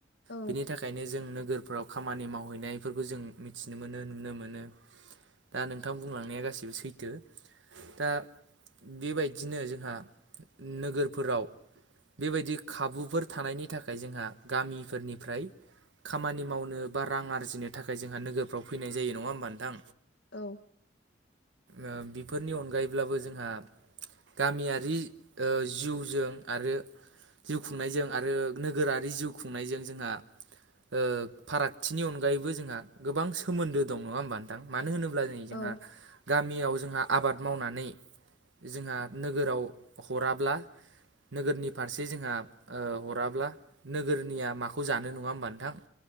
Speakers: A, on the left; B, on the right.
A: औ
B: बेनि थाखाय बेखायनो जों नोगोरफोराव खामानि मावहैनायफोरखौ जों मिथिनो मोनो नुनो मोनो। दा नोंथां बुंलांनाया गासिबो सैथो। दा बेबायदिनो जोंहा नोगोरफोराव बेबायदि खाबुफोर थानायनि थाखाय जोंहा गामिफोरनिफ्राय खामानि मावनो बा रां आरजिनो थाखाय जोंहा नोगोरफ्राव फैनाय जायो नङा होमबा नोंथां।
A: औ
B: ओ बेफोरनि अनगायैब्लाबो जोंहा गामियारि ओ जिउजों आरो जिउ खुंनायजों आरो नोगोरारि जिउ खुंनायजों जोंहा ओ फारागथिनि अनगायैबो जोंहा गोबां सोमोन्दो दं नङा होमबा थां मानो होनोब्ला नै
A: औ
B: जोंहा गामियाव जोंहा आबाद मावनानै जोंहा नोगोराव हराब्ला नोगोरनि फारसे जोंहा ओ हराब्ला नोगोरनिया माखौ जानो नङा होमबा नोंथां?